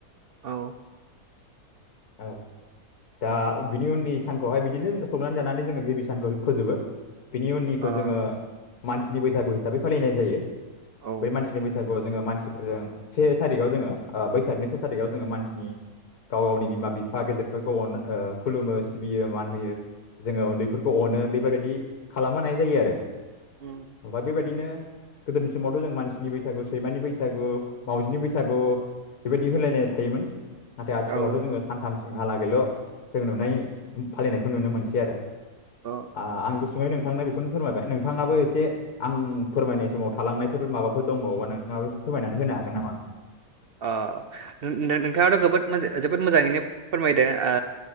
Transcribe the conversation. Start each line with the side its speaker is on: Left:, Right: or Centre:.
Right: औ।
Left: औ। दा बिनि उननि सानखौहाय बिदिनो संनानै जानानै जोङो गिबि सानखौ फोजोबो बिनि उन खौ
Right: आ
Left: जोङो मानसिनि बैसागु हिसाबै फालिनाय जायो।
Right: औ
Left: बै मानसिनि बैसागुआव जोङो मानसिफोरजों से थारिखआव जोङो बैसागनि से थारिखआव जोङो मानसिनि गाव गावनि बिमा बिफा गेदेरफोरखौ अन ओ खुलुमो सिबियो मान होयो। जोङो उन्दैफोरखौ अनो बेफोरबायदि खालाम होनाय जायो आरो ओमफ्राय
Right: उम
Left: बेबायदिनो गोदोनि समावथ' जों मानसिनि बैसागु सैमानि बैसागु मावजिनि बैसागु बेबायदि होलायलायनाय थायोमोन नाथाय आथिखालावथ'
Right: औ
Left: जोङो सानथामसिम हालागैल' जों नुनाय फालिनायखौ नुनो मोनसै आरो
Right: अ
Left: आ आं बुस ङै नोंथांनो खौनो फोरमायबाय नोंथाङाबो एसे आं फोरमायनाय समाव थालांनायफोर माबाफोर दंबावोबा नोंथाङाबो एसे फोरमायनानै होनो हागोन नामा?
Right: अ नोंनोंथाङाथ'जोबोद जोबोद मोजाङैनो फोरमायदो आ